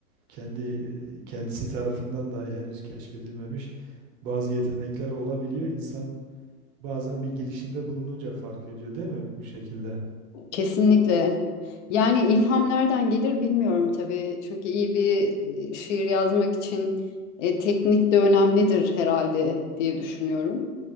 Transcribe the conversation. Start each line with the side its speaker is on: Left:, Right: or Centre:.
Right: Kendi e, kendisi tarafından dahi henüz keşfedilmemiş bazı yetenekler olabiliyor. İnsan Bazen bir girişimde bulununca fark ediyor değil mi bu şekilde?
Left: kesinlikle. Yani ilham nereden gelir bilmiyorum tabii. Çünkü iyi bir e, şiir yazmak için e, teknik de önemlidir herhalde diye düşünüyorum.